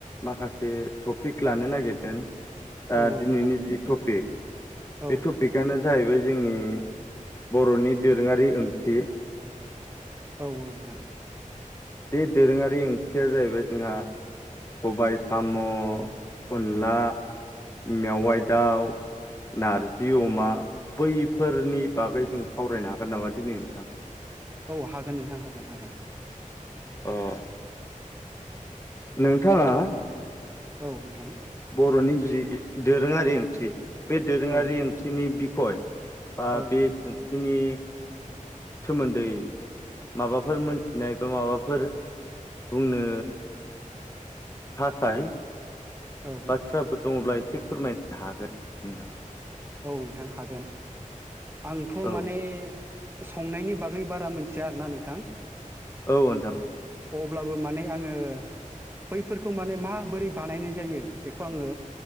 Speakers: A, on the left; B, on the right.
A: माखासे टपिक लानो नागिरदों दा
B: औ औ
A: दिनैनि
B: नोंथां
A: जि टपिक
B: औ
A: बे टपिकआनो जाहैबाय जोंनि बर'नि दोरोङारि ओंख्रि
B: औ औ नोंथां
A: बे दोरोङारि ओंख्रिया जाहैबाय जोंहा सबाय साम' अनला मेवाय दाउ नारजि अमा बैफोरनि बागै जों सावरायनो हागोन नामा दिनै नोंथां
B: औ हागोन नोंथां हागोन हागोन
A: अह नोंथाङा
B: औ नोंथां
A: बर'नि जि दोरोङारि ओंख्रि बे दोरोङारि
B: औ
A: ओंख्रिनि बिखय बा
B: औ
A: बे ओंख्रिनि सोमोन्दै माबाफोर मोनथिनाय बा माबाफोर बुंनो थाखाय
B: औ
A: बाथ्राफोर दङब्ला एसे फोरमायनो हागोन नोंथां
B: बुं नोंथां हागोन आंथ'
A: औ
B: माने संनायनि बागै बारा मोनथिया आरोना नोंथां
A: औ नोंथां
B: अब्लाबो माने आङो बैफोरखौ माने माबोरै बानायनाय जायो बेखौ आङो